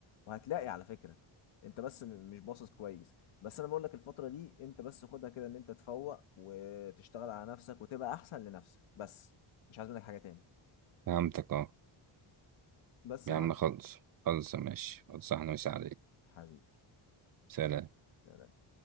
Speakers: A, on the left (about 75°); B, on the right (about 45°).
A: وهتلاقي على فكرة انت بس م- مش باصص كويس بس انا بقول لك الفترة دي انت بس خدها كده ان انت تفوق وتشتغل على نفسك وتبقى احسن لنفسك بس مش عايز منك حاجة تاني
B: فهمتك اه
A: بس
B: يا
A: يا معلم
B: عم خلص خلص ماشي خلص احنا مساعدين
A: حبيبي
B: سلام
A: سلام.